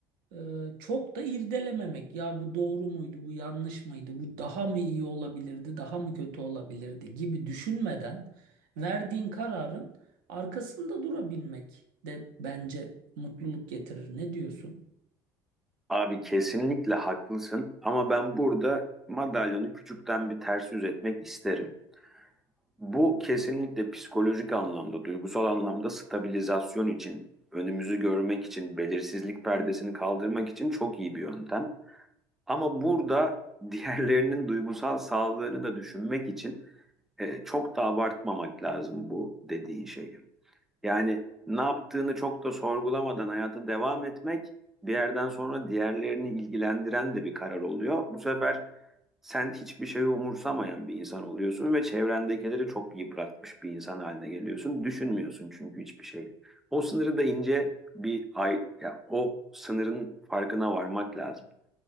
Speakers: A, on the right; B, in the centre.
A: ee, çok da irdelememek. Ya bu doğru muydu, bu yanlış mıydı, bu daha mı iyi olabilirdi, daha mı kötü olabilirdi gibi düşünmeden verdiğin kararın arkasında durabilmek de bence mutluluk getirir. Ne diyorsun?
B: Abi kesinlikle haklısın ama ben burada madalyonu küçükten bir ters yüz etmek isterim. Bu kesinlikle psikolojik anlamda, duygusal anlamda stabilizasyon için, önümüzü görmek için, belirsizlik perdesini kaldırmak için çok iyi bir yöntem. Ama burada diğerlerinin duygusal sağlığını da düşünmek için e, çok da abartmamak lazım bu dediğin şeyi. Yani ne yaptığını çok da sorgulamadan hayata devam etmek bir yerden sonra diğerlerini ilgilendiren de bir karar oluyor. Bu sefer sen hiçbir şeyi umursamayan bir insan oluyorsun ve çevrendekileri çok yıpratmış bir insan haline geliyorsun. Düşünmüyorsun çünkü hiçbir şeyi. O sınırı da ince bir ay, ya o sınırın farkına varmak lazım.